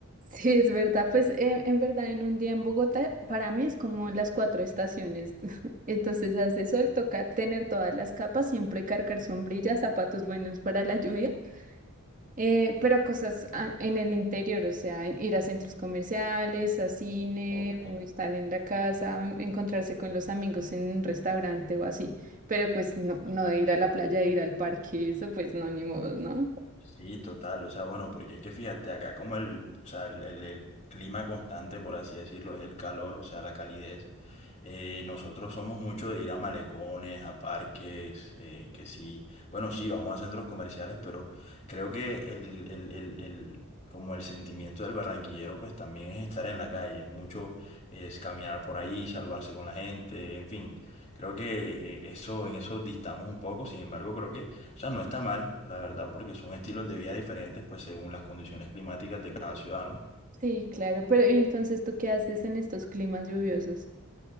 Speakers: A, on the right; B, on the left.
A: Sí, es verdad. Pues en, en verdad, en un día en Bogotá, para mí es como las cuatro estaciones. <laughs> Entonces, hace sol, toca tener todas las capas, siempre cargar sombrillas, zapatos buenos para la lluvia, eh, pero cosas a- en el interior, o sea, ir a centros comerciales, a cine,
B: Ok.
A: o estar en la casa, o encontrarse con los amigos en un restaurante o así. Pero pues no, no
B: Ajá.
A: de ir a la playa, de ir al parque, eso pues no, ni modo, ¿no?
B: Sí, total, o sea, bueno, porque es que fíjate, acá como el, o sea, el, el- el clima constante, por así decirlo, es el calor, o sea, la calidez, eh, nosotros somos mucho de ir a malecones, a parques, eh, que sí, bueno, sí, vamos a centros comerciales, pero creo que el, el, el, el- como el sentimiento del barranquillero, pues también es estar en la calle, es mucho, es caminar por ahí, salvarse con la gente, en fin, creo que eh, eso, en eso distamos un poco, sin embargo, creo que o sea, no está mal, la verdad, porque son estilos de vida diferentes, pues según las condiciones climáticas de cada ciudadano.
A: Sí, claro. Pero ¿y entonces tú qué haces en estos climas lluviosos?